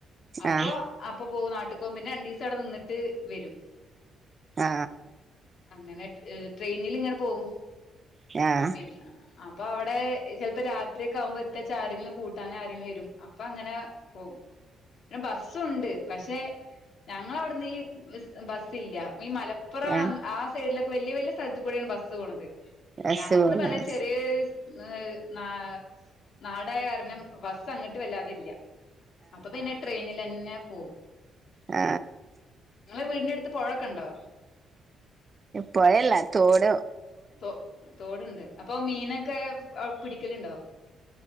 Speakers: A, on the left; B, on the right.
A: അപ്പൊ
B: ആഹ്
A: അപ്പൊ പോവും ന ട്ട് കോവും പിന്നെ രണ്ടീസവ്ടെ നിന്നിട്ട് വരും
B: ആ
A: അങ്ങനെ അ് ട്രെയിനി ലിങ്ങനെ പോവും
B: ആഹ്
A: പിന്നെ അപ്പൊ അവടെ ചെല് പ്പോ രാത്രിക്കാവുമ്പോ എത്തച്ച ആരെങ്കിലും കൂട്ടാനാരെം വരും അപ്പൊ അങ്ങനെ പോവും പിന്നെ ബസ്സുണ്ട് പക്ഷെ ഞങ്ങളവ്ട്ന്ന് ഈ ബസ്സില്ല ഈ മലപ്പുറം
B: ആഹ്
A: ആ സൈഡിലെ വെല്ല്യ വെല്ല്യ സ്ഥലത്ത് കൂടെണ് ബസ് പോണത്
B: ബസ്
A: ഞങ്ങൾത്
B: പോണത്
A: ന്ന് പർഞ്ഞ ചെറിയ <unintelligible> ന നാടായ കാരണം ബസ്സ് അങ്ങട്ട് വല്ലാതില്ല അപ്പൊ പിന്നെ ട്രെയിനിലെന്നെ പോവും
B: ആ
A: നിങ്ങളെ വീടിന്റെ ട്ത്ത് പുഴൊക്കെ ണ്ടോ
B: പൊഴല്ല തോട
A: തോ തോട്ണ്ട് അപ്പൊ മീനൊക്കെ എ പിടിക്കല്ണ്ടോ